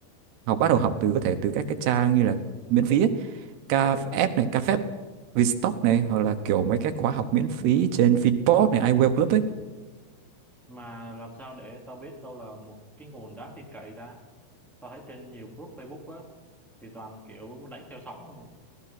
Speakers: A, on the right (about 80°); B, in the centre.
A: học bắt đầu học từ có thể từ các cái trang như là miễn phí ấy, KF này KFF Vstock này hoặc là kiểu mấy cái khóa học miễn phí trên Finpod này iWell Club ấy
B: mà làm sao để tao biết đâu là một cái nguồn đáng tin cậy ta tao thấy trên nhiều group Facebook á thì toàn kiểu đánh theo sóng không à